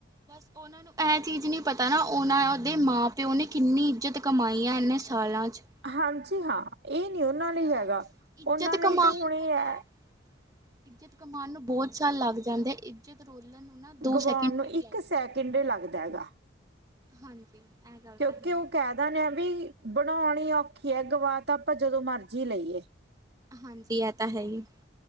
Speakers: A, on the right; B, on the right.
A: ਬਸ ਉਹਨਾਂ ਨੂੰ ਇਹ ਚੀਜ਼ ਨਹੀਂ ਪਤਾ ਨਾ, ਉਹਨਾਂ ਉਹ ਦੇ ਮਾਂ ਪਿਓ ਨੇ, ਕਿੰਨੀ ਇੱਜ਼ਤ ਕਮਾਈ ਹੈ ਇਨੇ ਸਾਲਾਂ 'ਚ।
B: ਹਾਂਜੀ ਹਾਂ, ਇਹ ਨੀ ਉਹਨਾਂ ਲਈ
A: ਉਹ
B: ਹੈਗਾ,
A: ਇੱਜ਼ਤ
B: ਉਹਨਾਂ ਲਈ
A: ਕਮਾਉਣ
B: ਤਾਂ ਹੁਣ ਇਹ
A: ਤੋਂ ਤਾਂ
B: ਹੈ।
A: ਇੱਜ਼ਤ ਕਮਾਉਣ ਨੂੰ ਬਹੁਤ ਸਾਲ ਲੱਗ ਜਾਂਦੇ ਹੈ, ਇੱਜ਼ਤ ਰੋਲਣ ਨੂੰ ਨਾ ਦੋ
B: ਗਵਾਉਣ
A: ਸੈਕਿੰਡ
B: ਨੂੰ
A: ਵੀ ਨਹੀਂ
B: ਇੱਕ
A: ਲੱਗਦੇ।
B: ਸੈਕਿੰਡ ਲੱਗਦਾ ਹੈਗਾ।
A: ਹਾਂਜੀ। ਇਹ ਗੱਲ
B: ਕਿਉਂਕਿ
A: ਤਾਂ ਹੈ ਹੀ।
B: ਉਹ ਕਹਿ ਦਿੰਦੇ ਆ ਵੀ, ਬਣਾਉਣੀ ਔਖੀ ਹੈ, ਗਵਾ ਤਾਂ ਆਪਾਂ ਜਦੋਂ ਮਰਜ਼ੀ ਲਈਏ।
A: ਹਾਂਜੀ, ਇਹ ਤਾਂ ਹੈਹੀ।